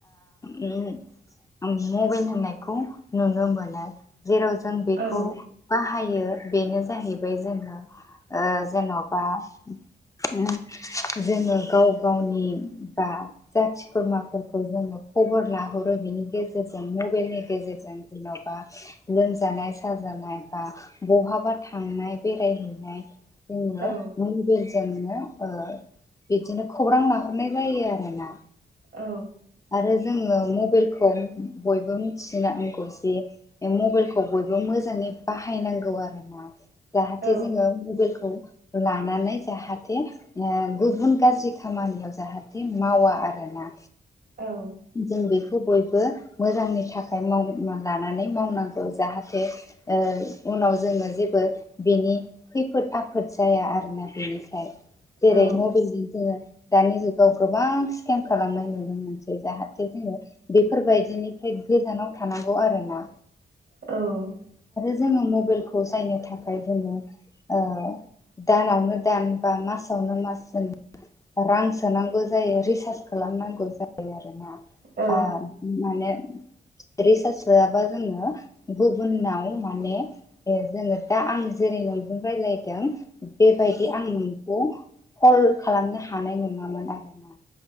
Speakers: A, on the left (about 20°); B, on the right (about 65°).
A: ओ <unintelligible> मबेल होननायखौ नुनो मोनो। जेराव जों बेखौ
B: औ
A: बाहाय यो बेनो जाहैबाय जोङो ओ जेन'बा ओ जोङो गाव गावनि बा जाथि खुरमाफोरखौ जोङो खबर लाहरो बेनि गेजेरजों मबेलनि गेजेरजों जेन'बा लोमजानाय साज नाय बा बहाबा थांनाय बेरायहैनाय जोंङो
B: औ
A: <unintelligible> जोंनो ओ बिदिनो खौरां लाहरनाय जायो आरोना।
B: औ
A: आरो जोङो मबेलखौ बयबो मिथिनांगौ जे ओ मबेलखौ बयबो मोजांङै जे बाहायनांगौ आरोना जाहाथे
B: औ
A: जोङो मबेलखौ लानानै जाहाथे ओ गुबुन गाज्रि खामानियाव जाहाथे मावा आरोना
B: औ
A: जों बे खौ बयबो मोजांनि थाखाय मावग्रोना लानानै मावनांगौ जाहाथे ओ उनाव जोङो जेबो बिनि खैफोद आफ फोद जाया आरोना बेनिफ्राय
B: औ
A: जेरै मबेलजों जोंङो दानि जुगाव गोबां स्केम खालामनाय नुनो मोनज जाहाथे जोङो बेफोरबायदिनिफ्राय गोजानाव थानांगौ आरो ना
B: औ
A: जोङो मबेलखौ जायनो थाखाय बुङो ओ दानावनो दान बा मासावनो मास जोन रां सोनांगौ जायो रिसार्ज खालामनांगौ जायो आरोना
B: औ
A: आ माने रिसार्च होआबा जोंङो गुबुनाव माने ओ जोङो दा आं जेरैनो <unintelligible> जों रायलायदों बेबायदि आं नोंखौ कल खालामनो हानाय नङामोन आरो ना।